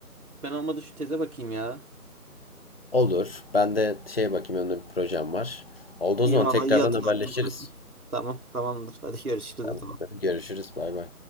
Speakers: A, on the right; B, on the left.
A: Ben olmadı şu teze bakayım ya.
B: Olur. Ben de şey bakayım önümde bir projem var. Oldu
A: İyi
B: o zaman
A: vallahi
B: tekrardan
A: iyi hatırlattın.
B: haberleşiriz.
A: <laughs> Tamam tamamdır. Hadi görüşürüz
B: Tamam.
A: o zaman.
B: Görüşürüz. Bay bay.